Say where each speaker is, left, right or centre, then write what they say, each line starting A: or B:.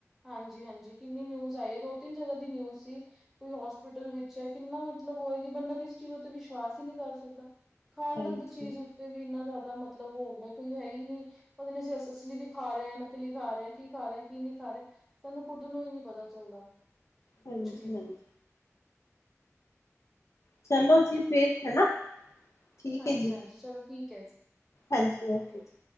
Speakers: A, in the centre; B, on the left (about 65°).
A: ਹਾਂਜੀ, ਹਾਂਜੀ ਕਿੰਨੀ ਨਿਊਜ਼ ਆਈ ਐ, ਦੋ ਤਿੰਨ ਜਗ੍ਹਾ ਦੀ ਨਿਊਜ਼ ਸੀ। ਕੋਈ ਹੋਸਪੀਟਲ ਵਿੱਚ ਐ ਕਿੰਨਾ ਮਤਲਬ ਓ ਐ ਕਿ, ਬੰਦਾ ਕਿਸੇ ਚੀਜ਼ ਉਤੇ ਵਿਸ਼ਵਾਸ ਈ ਨੀ ਕਾਰ ਸਕਦਾ। ਖਾਣ
B: ਹਾਂਜੀ
A: ਤੱਕ ਦੀ ਚੀਜ਼ ਉੱਤੇ ਵੀ ਇੰਨਾ ਜ਼ਿਆਦਾ ਮਤਲਬ ਹੋ ਗਿਆ ਕੋਈ ਹੈ ਹੀ ਨਹੀਂ। ਪਤਾ ਨੀ ਅਸੀਂ ਅਸਲੀ ਵੀ ਖਾ ਰਹੇ ਹਾਂ ਨਕਲੀ ਖਾ ਰਹੇ ਹਾਂ ਕੀ ਖਾ ਰਹੇ ਕੀ ਨਹੀਂ ਖਾ ਰਹੇ। ਸਾਨੂੰ ਖੁਦ ਨੂੰ ਹੀ ਨੀ ਪਤਾ ਚੱਲਦਾ।
B: ਹਾਂਜੀ,
A: ਕੁਛ ਵੀ
B: ਹਾਂਜੀ ਚਲੋ ਜੀ ਫਿਰ ਹਨਾ ਠੀਕ
A: ਹਾਂਜੀ
B: ਹੈ ਜੀ
A: ਹਾਂਜੀ, ਚਲੋ ਠੀਕ ਹੈ।
B: ਹਾਂਜੀ ਓਕੇ ਜੀ